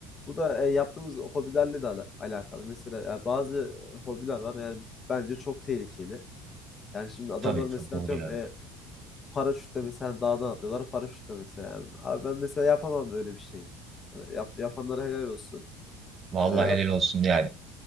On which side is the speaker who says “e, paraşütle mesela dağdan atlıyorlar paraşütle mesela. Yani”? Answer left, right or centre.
Left